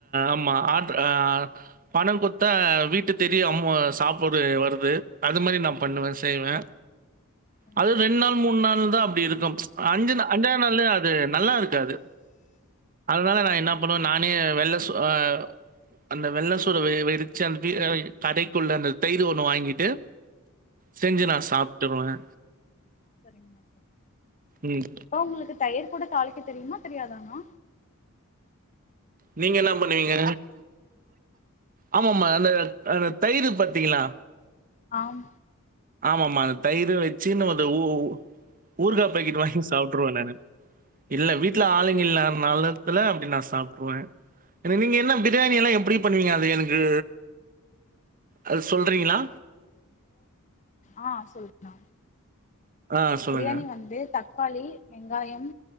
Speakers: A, on the right; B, on the left.
A: ஆமா ஆட்ரபணம் கொடுத்தா வீட்டு தெரியும் அம்மு சாப்பிடது வருது அது மாதிரி நான் பண்ணுவேன் செய்வேன்
B: கண்டிப்பாண்ணா
A: அது ரெண்டு நாள் மூணு நாள் தான் அப்படி இருக்கும் அஞ்சு அஞ்சாவது நாள் அது நல்லா இருக்காது அதனால நான் என்ன பண்ணுவேன் நானே வெள்ளை சுறஅ அந்த வெள்ளை சூற வெிரிச்சு அந்த கடைக்குள்ள அந்த தயிர் ஒண்ணு வாங்கிட்டு செஞ்சு நான் சாப்பிட்டுருவேன்
B: சரிங்கா
A: ம்.
B: ப்ப உங்களுக்கு தயிர் கூட தளிக்க தெரியுமா தெரியாதானா
A: நீங்க என்ன பண்ணுவீங்க ஆமா ஆமா அந்த அட தயிர் பத்தீங்களா
B: ஆம்
A: ஆமா ஆமா அந்த தயிிர வச்சு நம்ம ஊ ஊர்கா பாக்கெட் வாங்கி சாப்பிட்டுருவவேன் நானு இல்லை வீட்டில்
B: அப்படியாண்ணா
A: ஆளுங்க இல்லனாலு இல அப்படி நான் சாப்பிருவேன் ஏ நீங்க என்ன பிரியாணி
B: ஓகே
A: எல்லா
B: ஓகே
A: எப்படி பண்ணுவீங்க அது எனக்கு அது சொல்றீங்கிளா
B: ஆ சொல்லு நா
A: ஆ சொல்லுங்க
B: பிரியாணி வந்து த தப்பாளி வெங்காயம்